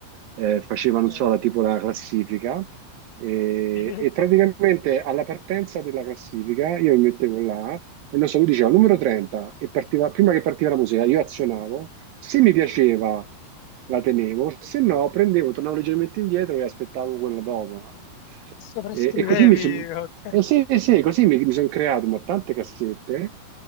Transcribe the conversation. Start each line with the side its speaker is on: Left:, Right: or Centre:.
Right: eh, faceva, non
Left: Eh,
Right: so, la, tipo la classifica. E,
Left: sì.
Right: e praticamente alla partenza della classifica io mi mettevo là e non so, lui diceva numero 30 e partiva, prima che partiva la musica io azionavo, se mi piaceva la tenevo, se no prendevo, tornavo leggermente indietro e aspettavo quella dopo, no?
Left: Sovrascrivevi,
Right: E, e così mi sono
Left: ok.
Right: eh sì, sì, così mi, mi sono creato, ma tante cassette.